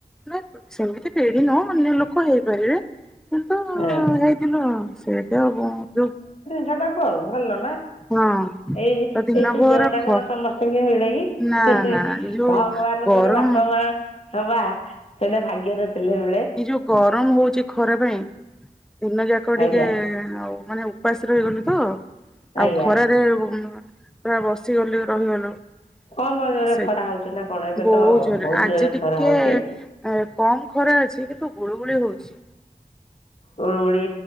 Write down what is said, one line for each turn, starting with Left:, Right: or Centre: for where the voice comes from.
Centre: ହାଁକଁ ସେମିତି ପିଢ଼ି ନୁହ ଅନ୍ୟ ଲୋକ ହେଇ ପାରିବେ। କିନ୍ତୁ
Left: ହଁ
Centre: ହେଇଥିଲୁ ଆଉ ସେଇ ଯୋଉଁ ଉଁ ମଁ
Left: ସେଟାକୁ ଆଉ ଭଲ ନାଁ
Centre: ହଁ
Left: ଏଇ
Centre: ତ ଦିନ
Left: ସୁଯୋଗ
Centre: ଭୋର
Left: ଟା
Centre: ଖ
Left: କଣ ସମସ୍ତଙ୍କୁ ମିଳେ କି।
Centre: ନା
Left: ହେଁ ହେଁ
Centre: ନା ଏ ଯୋଉ
Left: ଭଗବାନଙ୍କର
Centre: ଗରମ
Left: ବାପା ମାଆ। ହବା ସେଟା ଭାଗ୍ୟ ରେ ଥିଲେ ମିଳେ।
Centre: ଏଇ ଯୋଉ ଗରମ ହଉଛି ଖରା ପାଇଁ ଦିନ ଯାକ ଟିକେ
Left: ଆଜ୍ଞା
Centre: ଆଉ ମାନେ ଉପାସ ଗଲେ ତ
Left: ଆଜ୍ଞା
Centre: ଆଉ ଖରାରେ ପୁରା ବସିଗଲେ ରହିଗଲୁ।
Left: କମ ଜୋରରେ
Centre: ନାଁ ସେଇ
Left: ଖରା ହଉଛି ନା କଣ ଏବେ
Centre: ବହୁତ୍
Left: ତ
Centre: ଜୋରେ
Left: ବହୁତ
Centre: ଆଜି
Left: ଜୋରରେ
Centre: ଟିକେ।
Left: ଖରା ହଉଛି
Centre: ଆରେ କମ୍ ଖରା ଅଛି କିନ୍ତୁ ଗୁଳୁଗୁଳି ହଉଛି।
Left: ଗୁଳୁଗୁଳି